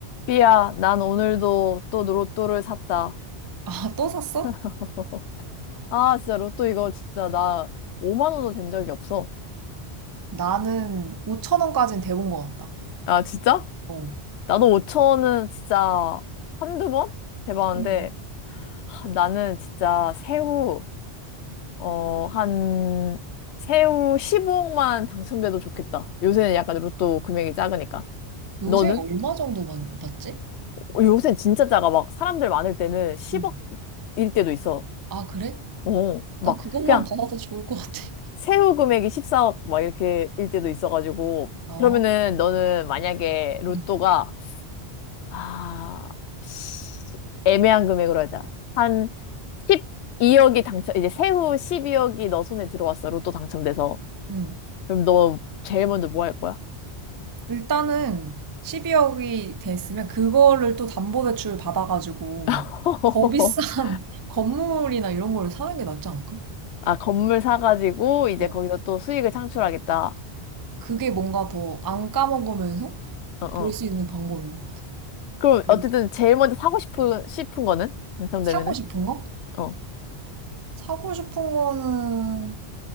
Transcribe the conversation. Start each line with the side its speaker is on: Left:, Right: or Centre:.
Left: 삐야, 난 오늘도 또 로또를 샀다.
Right: 아, 또 샀어?
Left: <laughs> 아, 진짜 로또 이거 진짜 나 5만 원도 된 적이 없어.
Right: 나는 5천 원까진 돼본 것 같다.
Left: 아, 진짜?
Right: 어.
Left: 나도 5천 원은 진짜 한두 번? 대박인데,
Right: 음.
Left: 하, 나는 진짜 새우, 어, 한, 새우 15억만 당첨돼도 좋겠다. 요새는 약간 로또 금액이 작으니까.
Right: 요새
Left: 너는?
Right: 얼마 정도 받, 받지?
Left: 어, 요새는 진짜 작아. 막 사람들 많을 때는 10억일
Right: 음.
Left: 때도 있어.
Right: 아, 그래?
Left: 어, 막
Right: 나 그것만
Left: 그냥
Right: 받아도 좋을 것 같아. <laughs>
Left: 세후 금액이 14억 막 이렇게 일 때도 있어가지고
Right: 어.
Left: 그러면은 너는 만약에 로또가
Right: 음.
Left: 아 시- 애매한 금액으로 하자 한 12억이 당첨 이제 세후 12억이 너 손에 들어왔어 로또 당첨돼서
Right: 음.
Left: 그럼 너 제일 먼저 뭐 할 거야?
Right: 일단은 12억이 됐으면 그거를 또 담보대출 받아가지고
Left: <laughs>
Right: 더 비싼 <laughs> 건물이나 이런 거를 사는 게 낫지 않을까?
Left: 아 건물 사가지고 이제
Right: 어.
Left: 거기서 또 수익을 창출하겠다
Right: 그게 뭔가 더 안 까먹으면서
Left: 어어
Right: 볼 수 있는 방법인 것 같아.
Left: 그럼 어쨌든
Right: 음.
Left: 제일 먼저 사고 싶은 싶은 거는 당첨되면은
Right: 사고 싶은 거?
Left: 어
Right: 사고 싶은 거는